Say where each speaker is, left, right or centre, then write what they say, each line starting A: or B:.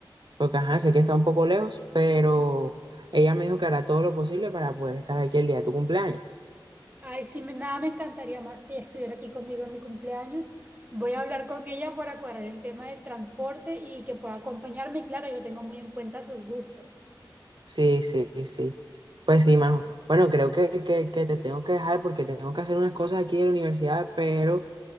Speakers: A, on the right; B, on the right.
A: porque ajá, sé que está un poco lejos, pero ella me dijo que hará todo lo posible para poder estar aquí el día de tu cumpleaños.
B: Ay, sí, me- nada me encantaría más que ella estuviera aquí conmigo en mi cumpleaños. Voy a hablar con ella para cuadrar el tema del transporte y que pueda acompañarme. Y Claro, yo tengo muy en cuenta sus gustos.
A: Sí, sí, sí. Pues sí, Majo. Bueno, creo que, que, que te tengo que dejar porque tengo que hacer unas cosas aquí en la universidad, pero